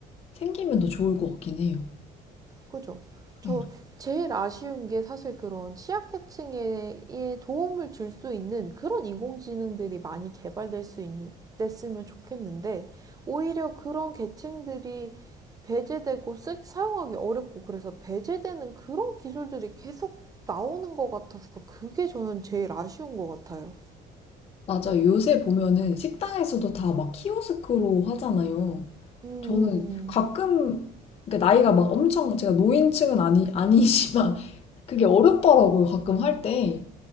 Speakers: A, on the left (about 35°); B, on the right (about 20°).
A: 생기면 더 좋을 것 같긴 해요.
B: 그죠?
A: 네.
B: 저 제일 아쉬운 게 사실 그런 취약계층에 예, 도움을 줄 수 있는 그런 인공지능들이 많이 개발될 수 있는 됐으면 좋겠는데 오히려 그런 계층들이 배제되고 쓰, 사용하기 어렵고 그래서 배제되는 그런 기술들이 계속 나오는 것 같아서 그게 저는 제일 아쉬운 것 같아요.
A: 맞아요. 요새 보면은 식당에서도 다 막 키오스크로 하잖아요.
B: 음,
A: 저는 가끔, 그러니까 나이가 막 엄청, 제가 노인층은 아니, 아니지만 <laughs> 그게 어렵더라고요. 가끔 할 때.